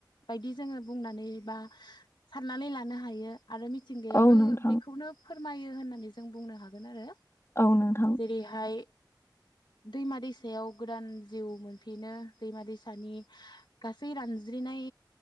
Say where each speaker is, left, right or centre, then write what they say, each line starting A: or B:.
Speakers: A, on the left (about 70°); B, on the left (about 35°).
A: बायदि जोङो बुंनानै बा सारनानै लानो हायो। आरो मिथिंगायाबो
B: औ नोंथां
A: बेखौनो फोरमायो होननानै जों बुंनो हागोन आरो
B: औ नोंथां
A: जेरैहाय दैमा दैसायाव गोदान जिउ मोनफिनो दैमा दैसानि गासै रानज्रिनाय